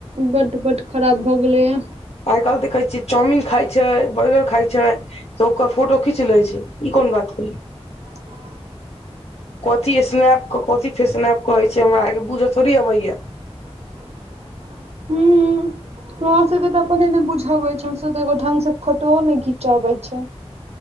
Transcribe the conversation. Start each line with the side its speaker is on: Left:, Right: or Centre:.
Right: बड बड खराब भए गेलैए
Left: आइ काइल देखै छियै चाउमिन खाय छै बर्गर खाय छै सब क फोटो खींच लै छै ई कोन बात भेलय
Right: <inaudible>
Left: कथी स्नैप के कथी स्नैप कहे छै हमरा आरके बूझऽ थोड़ी अबैया
Right: <unintelligible> हू हमरा सब के त अपने ने बुझवे छै हम सब त एगो ढंग से फोटो न ने घीच आबै छै